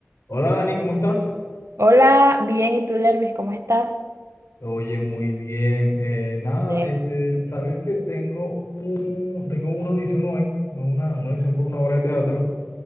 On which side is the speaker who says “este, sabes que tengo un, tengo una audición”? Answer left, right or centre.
Left